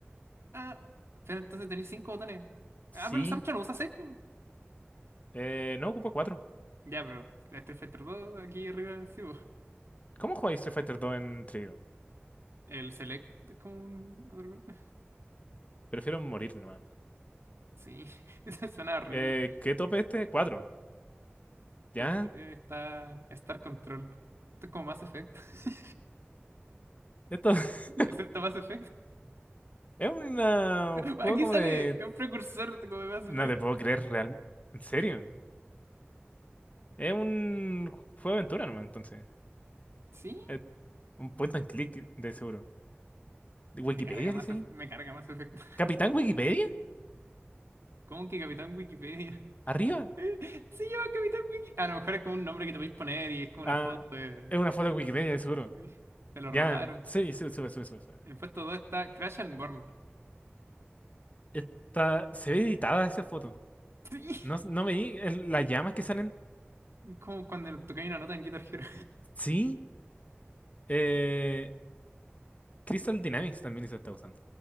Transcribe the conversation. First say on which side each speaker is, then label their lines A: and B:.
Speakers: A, on the right; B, on the left.
A: ah, pero entonces tenéis cinco botones.
B: Sí,
A: Ah, pero el Samcha no usa seis, po.
B: eh, no ocupa cuatro.
A: Ya, pero Street Fighter 2 aquí arriba, sí, po.
B: ¿Cómo jugáis Street Fighter 2 en Atreidío?
A: El Select es como un otro golpe.
B: Prefiero morir nomás.
A: Sí, <laughs> eso suena horrible.
B: Eh, ¿qué tope este? Cuatro. ¿Ya?
A: Top 3 está Star Control. Esto es como Mass Effect. <laughs>
B: Esto <laughs>
A: ¿Excepto Mass Effect?
B: es una-
A: <laughs>
B: un juego
A: Aquí
B: como
A: sale
B: de
A: un precursor de como de Mass Effect.
B: No te puedo creer real. ¿En serio? Es un juego de aventura nomás, entonces.
A: Sí,
B: Es un point and click de seguro. ¿De ¿Wikipedia
A: me carga Mass
B: dice
A: Effect.
B: ahí?
A: Me carga Mass Effect.
B: ¿Capitán
A: <laughs>
B: Wikipedia?
A: ¿Cómo que Capitán Wikipedia? <laughs>
B: ¿Arriba?
A: Eh, Se llama Capitán Wiki. A lo mejor es como un nombre que te podéis poner y es como
B: Ah,
A: una foto de.
B: es una foto de Wikipedia de seguro.
A: <laughs> sí, Te lo
B: Ya,
A: robaron.
B: sí, sube, sube, sube, sube. sube.
A: En El puesto 2 está Crash and Burn. <laughs>
B: Está, se ve editada esa foto.
A: Sí,
B: No, no veí el- las llamas que salen.
A: como cuando tocáis una nota en Guitar Hero.
B: Sí. Eh, Crystal Dynamics también hizo esta cosa.